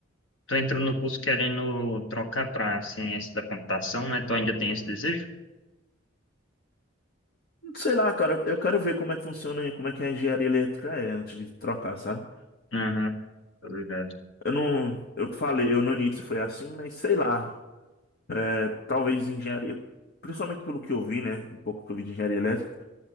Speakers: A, on the left (about 70°); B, on the left (about 50°).
A: Tu entrou no curso querendo trocar pra ciência da computação, né? Tu ainda tem esse desejo?
B: Sei lá, cara, eu eu quero ver como é que funciona, como é que é a engenharia elétrica é antes de trocar, sabe?
A: Aham, tô ligado.
B: Eu não, eu falei, eu no início foi assim, mas sei lá, é, talvez engenharia, principalmente pelo que eu vi, né? O pouco que eu vi de engenharia elétrica.